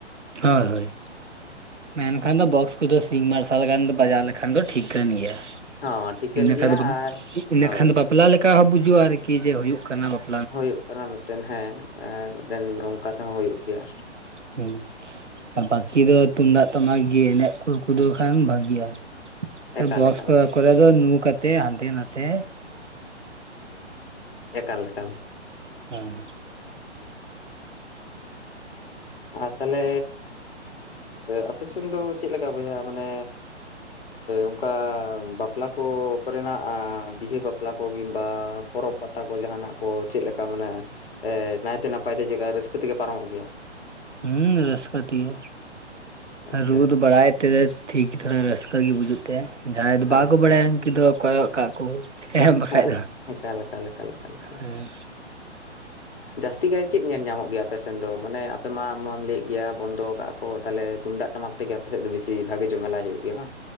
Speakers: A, on the right; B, on the left.
A: ᱦᱳᱭ ᱦᱳᱭ ᱢᱮᱱᱠᱷᱟᱱ ᱫᱚ ᱵᱚᱠᱥ ᱠᱚᱫᱚ ᱥᱤᱧ ᱢᱟᱨᱥᱟᱞ ᱜᱟᱱ ᱵᱟᱡᱟᱣ ᱞᱮᱠᱷᱟᱱ ᱫᱚ ᱴᱷᱤᱠ ᱠᱟᱱ ᱜᱮᱭᱟ
B: ᱦᱚᱸ ᱴᱷᱤᱠᱟᱹᱱ
A: ᱤᱱᱟᱹᱠᱷᱟᱱ
B: ᱜᱮᱭᱟ
A: ᱫᱚ
B: ᱟᱨ
A: ᱤᱱᱟᱹᱠᱷᱟᱱ
B: ᱦᱳᱭ
A: ᱫᱚ ᱵᱟᱯᱞᱟ ᱞᱮᱠᱟ ᱦᱚᱸ ᱵᱩᱡᱚᱜᱼᱟ ᱟᱨᱠᱤ ᱡᱮ ᱦᱳᱭᱳᱜ ᱠᱟᱱᱟ ᱵᱟᱯᱼᱼ
B: ᱦᱳᱭᱳᱜ ᱠᱟᱱᱟ ᱢᱤᱫᱴᱮᱱ ᱦᱮᱸ ᱢᱤᱫᱴᱮᱱ ᱱᱚᱝᱠᱟ ᱛᱮᱦᱚᱸ ᱦᱳᱭᱳᱜ ᱜᱮᱭᱟ
A: ᱦᱮᱸ ᱟᱨ ᱵᱟᱠᱤ ᱫᱚ ᱛᱩᱢᱫᱟᱜ ᱴᱟᱢᱟᱠ ᱜᱮ ᱮᱱᱮᱡ ᱠᱚ ᱠᱚᱫᱚ ᱠᱷᱟᱱ ᱵᱷᱟᱹᱜᱤᱭᱟ
B: ᱮᱠᱟᱞ
A: ᱵᱚᱠᱥ
B: ᱮᱠᱟᱞ
A: ᱠᱚᱨᱼᱼᱠᱚᱨᱮ
B: ᱮᱠᱟᱞ ᱮᱠᱟᱞ
A: ᱫᱚ ᱱᱩ ᱠᱟᱛᱮ ᱦᱟᱱᱛᱮ ᱱᱷᱟᱛᱮ
B: ᱮᱠᱟᱞ ᱮᱠᱟᱞ
A: ᱦᱮᱸᱻ
B: ᱟᱨ ᱛᱟᱦᱞᱮ ᱟᱯᱮ ᱥᱮᱱ ᱫᱚ ᱪᱮᱫ ᱞᱮᱠᱟ ᱵᱚᱭᱦᱟ ᱢᱟᱱᱮ ᱚᱱᱠᱟ ᱵᱟᱯᱞᱟ ᱠᱚ ᱠᱚᱨᱮᱱᱟᱜ ᱵᱤᱦᱟᱹ ᱵᱟᱼᱼ ᱵᱟᱯᱞᱟ ᱠᱚ ᱠᱤᱝᱵᱟ ᱯᱚᱨᱚᱵᱽ ᱯᱟᱛᱟ ᱠᱚ ᱡᱟᱦᱟᱱᱟᱜ ᱠᱚ ᱪᱮᱫ ᱞᱮᱠᱟ ᱢᱟᱱᱮ ᱱᱟᱭᱛᱮ ᱱᱟᱯᱟᱭ ᱛᱮ ᱪᱮᱠᱟ ᱨᱟᱹᱥᱠᱟᱹ ᱛᱮᱜᱮ ᱯᱟᱨᱚᱢᱚᱜ ᱜᱮᱭᱟ
A: ᱦᱩᱸ ᱨᱟᱹᱥᱠᱟᱹ ᱛᱮᱜᱮ
B: ᱟᱪᱪᱷᱟ
A: ᱟᱨ ᱨᱩᱣᱟᱹ ᱵᱟᱲᱟᱭ ᱛᱮ ᱴᱷᱤᱠ ᱜᱮ ᱛᱷᱚᱲᱟ ᱨᱟᱹᱥᱠᱟᱹ ᱜᱮ ᱵᱩᱡᱩᱜ ᱛᱮ ᱡᱟᱦᱟᱸᱭ ᱫᱚ
B: ᱟᱪᱪᱷᱟ
A: ᱵᱟᱠᱚ ᱵᱟᱲᱟᱭᱟ
B: ᱟᱪᱪᱷᱟ
A: ᱩᱱᱠᱩ ᱫᱚ ᱠᱚᱭᱚᱜ ᱠᱟᱜ ᱠᱚ ᱪᱤᱠᱟᱹᱭᱟᱢ ᱵᱟᱠᱷᱟᱡ
B: ᱦᱮᱸ
A: ᱫᱚ
B: ᱮᱠᱟᱞ ᱮᱠᱟᱞ ᱮᱠᱟᱞ ᱮᱠᱟᱞ ᱮᱠᱟᱞ
A: ᱦᱮᱸ
B: ᱡᱟᱹᱥᱛᱤ ᱠᱟᱭ ᱪᱮᱫ ᱧᱮᱞ ᱧᱟᱢᱚᱜ ᱜᱮᱭᱟ ᱟᱯᱮ ᱥᱮᱱ ᱫᱚ ᱢᱟᱱᱮ ᱟᱯᱮ ᱢᱟ ᱟᱢ ᱢᱟᱢ ᱞᱟᱹᱭᱮᱫ ᱜᱮᱭᱟ ᱵᱚᱱᱫᱚ ᱟᱠᱟᱜ-ᱟ ᱠᱚ ᱛᱟᱦᱞᱮ ᱛᱩᱢᱫᱟᱜ ᱴᱟᱢᱟᱠ ᱛᱮᱜᱮ ᱟᱯᱮ ᱥᱮᱫ ᱫᱚ ᱵᱤᱥᱤ ᱵᱷᱟᱹᱜᱤ ᱡᱚᱢᱮᱞᱟᱭ ᱦᱳᱭᱳᱜ ᱜᱮᱭᱟ ᱵᱟᱝ